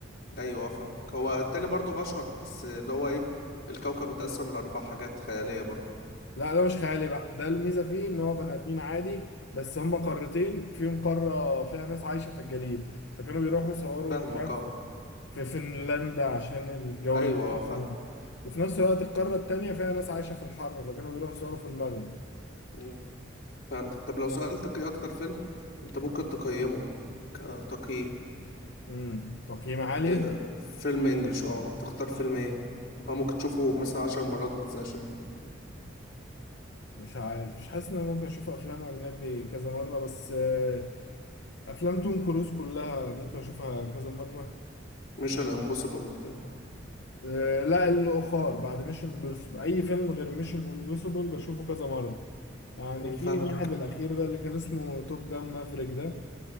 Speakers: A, on the left; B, on the left.
A: ايوه آه، فاهم هو التاني برضو بشر بس اللي هو ايه الكوكب اتقسم لاربع حاجات خيالية برضو
B: لا ده مش خيالي بقى ده الميزة فيه ان هو بني ادمين عادي بس هما قارتين فيهم قارة فيها ناس عايشة في الجليد فكانوا بيروحوا يصوروا
A: فاهمك
B: مش عارف
A: اه
B: في فنلندا عشان الجو
A: ايوه
B: هناك
A: آه،
B: في
A: فاهم
B: فنلندا وفي نفس الوقت القارة التانية فيها ناس عايشة في الحر فكانوا بيروحوا يصوروا في المغرب
A: مم، فهمتك طب لو سألتك ايه اكتر فيلم انت ممكن تقيمه كتقييم
B: امم تقييم عالي
A: إيه فيلم انجلش اه تختار فيلم ايه اه ممكن تشوفه مثلا عشر مرات ما تزهقش منه
B: مش عارف مش حاسس ان انا ممكن اشوف افلام اجنبي كذا مره بس آه، افلام توم كروز كلها ممكن اشوفها كذا مره
A: ميشن امبوسيبل وبتاع
B: آه، لا الاخر بعد ميشن امبوسيبل اي فيلم غير ميشن امبوسيبل بشوفه كذا مره يعني
A: مم،
B: في
A: فاهمك
B: واحد الاخير ده اللي كان اسمه توب جان مافريك ده